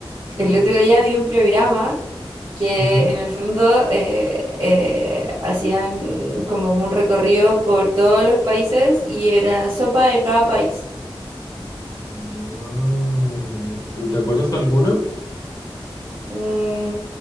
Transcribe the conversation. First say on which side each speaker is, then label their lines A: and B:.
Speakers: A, on the left (about 45°); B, on the right (about 50°).
A: Que...
B: El otro día vi un programa que
A: ujú.
B: en el fondo eh, eh, hacían como un recorrido por todos los países y era sopa de cada país.
A: Guau. ¿Y te acuerdas de alguna?
B: Mm,